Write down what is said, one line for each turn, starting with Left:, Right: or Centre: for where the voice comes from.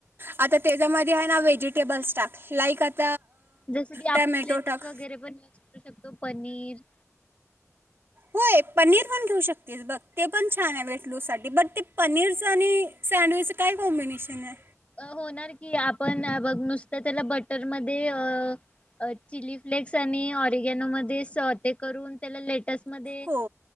Right: आता त्याच्यामध्ये आहे ना व्हेजिटेबल स्टाक लाईक आता
Left: जस की आपण
Right: टॅमॅटो
Left: लेटस
Right: टाक
Left: वगैरे पण युज करू शकतो पनीर,
Right: होय पनीर पण घेऊ शकतेस बघ ते पण छान आहे वेटलू साठी बट ते पनीरच आणि सँडविचच काय कॉम्बिनेशन आहे?
Left: होणार की आपण बघ नुसत त्याला बटर मध्ये चिली फ्लेक्स आणि ऑरिगॅनो मध्ये सोते करून त्याला लेटस् मध्ये
Right: हो